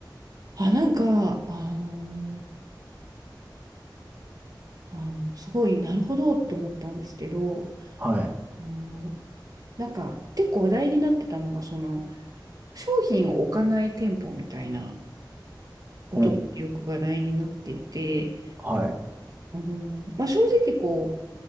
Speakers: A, on the right; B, on the right.
A: あ、なんか、あのーあの、すごいなるほどって思ったんですけど、
B: はい。
A: もうなんか結構話題になってたのが、その商品を置かない店舗みたいなことがよく話題になっていて、
B: お、はい。
A: あの、まあ、正直こ